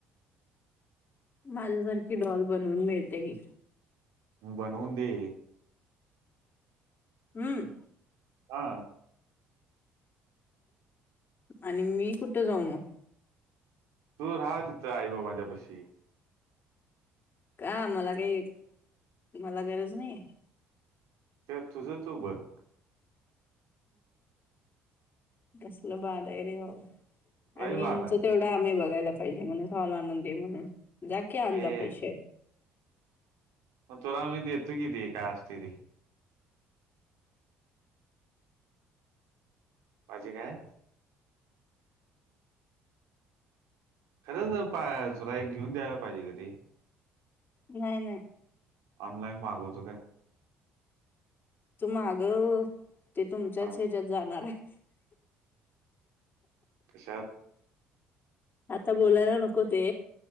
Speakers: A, on the left; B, on the right.
A: माझ्यासारखी डॉल बनवून मिळते की
B: बनव दे
A: हम्म
B: हा
A: आणि मी कुठे जाऊ मग
B: तू राह तिथं आई बाबांच्या पशी
A: का मला काही मला गरज नाही
B: ते तुझंच उभं
A: कस लबा दय रे
B: लई
A: आणि यांचं
B: बाद आहे
A: तेवढा आम्ही बघायला पाहिजे म्हणून हॉल आनंदी म्हणून जा की आणजा
B: ए
A: पैश
B: मग तुला आ मी देतो किती का असते ती भाजी काय खरंच तुला एक घेऊन द्यायला पाहिजे क तेी
A: नाही नाही
B: ऑनलाईन मागवतो काय
A: तू मागं ते तुमच्याच
B: हा
A: ह्याच्यात जाणार आहे
B: तच्याा
A: आता बोलायला नको ते